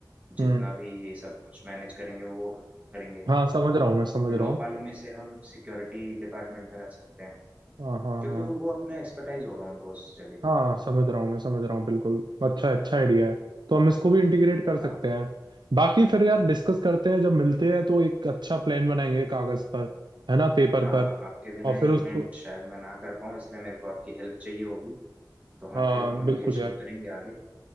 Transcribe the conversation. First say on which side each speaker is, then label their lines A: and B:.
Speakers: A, on the right (about 75°); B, on the right (about 20°).
A: हम्म
B: जितना भी ये सब कुछ मैनेज करेंगे वो करेंगे
A: हाँ समझ रहा हूँ मैं समझ
B: लॉ
A: रहा हूँ
B: वालों में से हम सिक्योरिटी डिपार्टमेंट में रख सकते हैं
A: हाँ हाँ
B: क्योंकि
A: हाँ
B: वो वो अपना एक्सपर्टाइज होगा उनको उस जगह
A: हाँ
B: पे
A: समझ रहा हूँ मैं समझ रहा हूँ बिल्कुल अच्छा अच्छा आइडिया है तो हम इसको भी इंटीग्रेट कर सकते
B: हाँ
A: हैं बाकी फिर यार डिस्कस करते हैं जब मिलते हैं तो एक अच्छा प्लान बनाएंगे कागज पर है ना पेपर
B: हाँ
A: पर
B: आपके बिना
A: और
B: ये
A: फिर उसको
B: इवेंट शायद मैं ना कर पाऊँ इसलिए मेरे को आपकी हेल्प चाहिए होगी तो हम
A: हाँ
B: फिर कम्युनिकेशन
A: बिल्कुल यार
B: करेंगे आगे